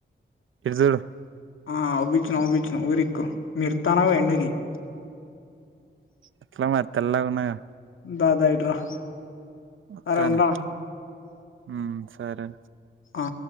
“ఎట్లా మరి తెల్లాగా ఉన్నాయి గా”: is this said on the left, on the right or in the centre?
Right